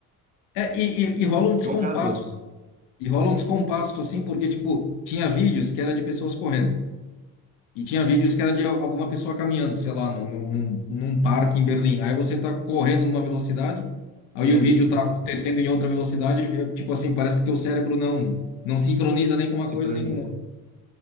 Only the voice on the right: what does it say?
<laughs> não casou.
E ali
a
gente
sincroniza.